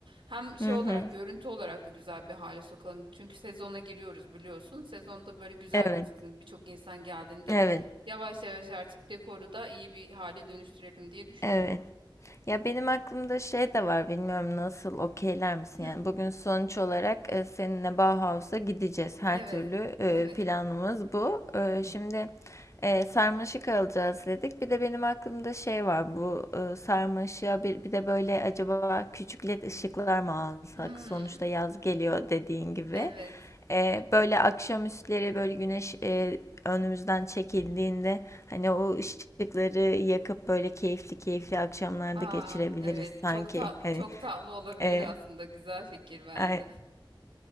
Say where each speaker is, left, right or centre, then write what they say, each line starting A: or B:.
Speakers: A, on the right; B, on the left.
A: Hem şey
B: Hı
A: olarak
B: hı.
A: görüntü olarak da güzel bir hale sokalım. Çünkü sezona giriyoruz biliyorsun. Sezonda böyle güzel
B: Evet.
A: gözüksün birçok insan geldiğinde
B: Evet.
A: yavaş yavaş artık dekoru da iyi bir hale dönüştürelim diye düşünüyorum.
B: Evet. Ya benim aklımda şey de var bilmiyorum nasıl okeyler misin?
A: Hı,
B: Yani bugün sonuç olarak e, seninle Bauhaus'a gideceğiz. Her
A: Evet.
B: türlü e,
A: Evet.
B: planımız bu. E, şimdi E, sarmaşık alacağız dedik. Bir de benim aklımda şey var bu e, sarmaşığa bir, bir de böyle acaba küçük led ışıklar mı alsak?
A: Hmm,
B: Sonuçta yaz geliyor dediğin gibi.
A: evet.
B: E, böyle akşamüstleri böyle güneş e, önümüzden çekildiğinde hani o ışıkları yakıp böyle keyifli keyifli akşamlarda
A: Aa,
B: geçirebiliriz
A: evet.
B: sanki.
A: Çok tat
B: Hani
A: çok tatlı olabilir
B: e,
A: aslında. Güzel fikir beğendim.
B: ay-